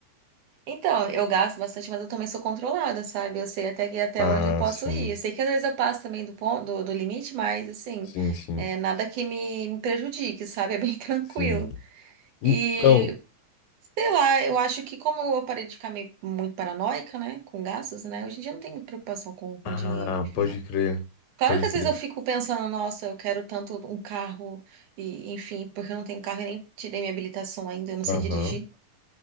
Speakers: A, on the right (about 70°); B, on the left (about 80°).
A: Então, eu gasto bastante, mas eu também sou controlada, sabe? Eu sei até que até
B: Ah,
A: onde eu posso
B: sim.
A: ir. Eu sei que às vezes eu passo também do ponto, do, do limite, mas assim,
B: Sim, sim,
A: é nada que me, me prejudique, sabe? É bem <laughs> tranquilo.
B: sim. Então,
A: E sei lá, eu acho que como eu parei de ficar meio, muito paranoica, né, com gastos, né? Hoje em dia eu não tenho muita preocupação com, com
B: ah,
A: dinheiro, enfim,
B: pode
A: né?
B: crer.
A: Claro
B: Pode
A: que às
B: crer.
A: vezes eu fico pensando, nossa, eu quero tanto um carro e, enfim, porque eu não tenho carro e nem tirei minha habilitação ainda, eu não sei
B: Aham.
A: dirigir.